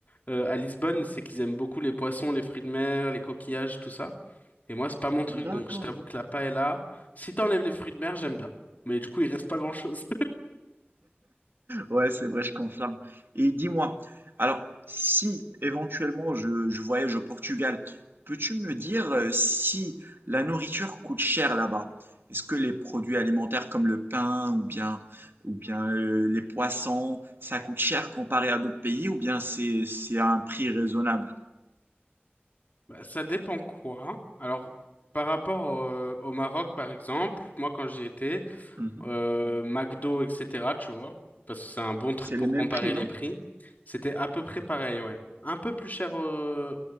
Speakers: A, on the left (about 45°); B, on the right (about 65°).
A: euh, à Lisbonne, c'est qu'ils aiment beaucoup les poissons, les fruits de mer, les coquillages, tout ça. Et moi, c'est pas mon truc,
B: D'accord.
A: donc je t'avoue que la paella, si t'enlèves les fruits de mer, j'aime bien. Mais du coup, il reste pas grand-chose.
B: Ouais, c'est vrai, je confirme. Et dis-moi, alors, si éventuellement je, je voyage au Portugal, peux-tu me dire euh, si la nourriture coûte cher là-bas? Est-ce que les produits alimentaires comme le pain ou bien, ou bien euh, les poissons, ça coûte cher comparé à d'autres pays ou bien c'est, c'est à un prix raisonnable?
A: Bah, ça dépend quoi. hein. Alors, par rapport euh, au Maroc, par exemple, moi, quand j'y étais,
B: Mhm.
A: euh, McDo, etc., tu vois, parce que c'est un bon truc
B: C'est
A: pour
B: les mêmes
A: comparer
B: prix, non?
A: les prix, c'était à peu près pareil, ouais. Un peu plus cher euh,